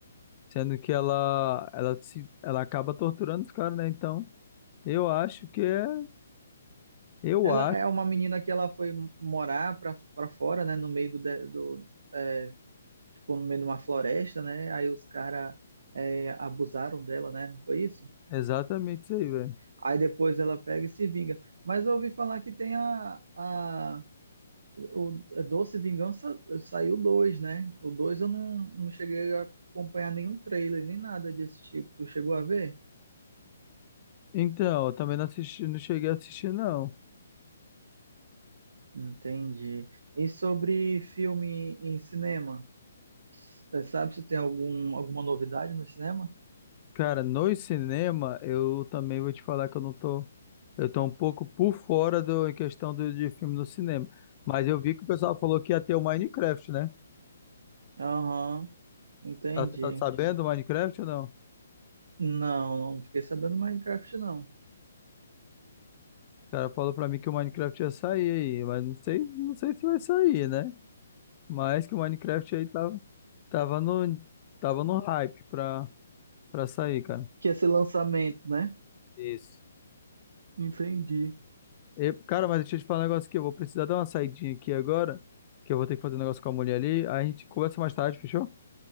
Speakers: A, on the left (about 35°); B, on the right (about 65°).
A: sendo que ela ela se ela acaba torturando os caras, né? Então, eu acho que é, eu
B: Ela
A: acho
B: é uma menina que ela foi morar pra, pra fora, né? No meio do, de- do é, tipo, no meio de uma floresta, né? Aí os caras abusaram dela, né? Não foi isso?
A: exatamente isso aí, velho.
B: Aí depois ela pega e se vinga. Mas eu ouvi falar que tem a, a O a Doce Vingança saiu dois, né? O dois eu não, não cheguei a acompanhar nenhum trailer, nem nada desse tipo. Tu chegou a ver?
A: Então, eu também não assisti, não cheguei a assistir, não.
B: Entendi. E sobre filme em cinema? Eh, Sabe se tem algum, alguma novidade no cinema?
A: Cara, no cinema, eu também vou te falar que eu não tô. Eu tô um pouco por fora do, em questão do, de filme no cinema. Mas eu vi que o pessoal falou que ia ter o Minecraft, né?
B: Aham, entendi.
A: Tá, tá sabendo o Minecraft ou não? O
B: Não, não fiquei sabendo Minecraft, não.
A: cara falou pra mim que o Minecraft ia sair aí, mas não sei, não sei se vai sair, né? Mas que o Minecraft aí tava, tava no, tava no hype pra, pra sair, cara.
B: Que esse lançamento, né?
A: Isso.
B: Entendi.
A: E, cara, mas deixa eu te falar um negócio aqui. Eu vou precisar dar uma saidinha aqui agora, que eu vou ter que fazer um negócio com a mulher ali. Aí a gente conversa mais tarde, fechou?